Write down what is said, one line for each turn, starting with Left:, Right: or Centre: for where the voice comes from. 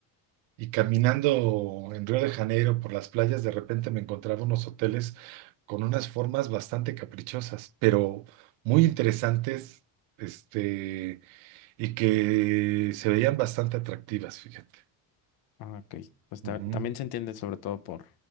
Right: y caminando en Río de Janeiro por las playas, de repente me encontraba unos hoteles con unas formas bastante caprichosas, pero muy interesantes, este, y que se veían bastante atractivas, fíjate.
Left: Ah, ok. Pues
Right: Ujú.
Left: ta- también se entiende sobre todo por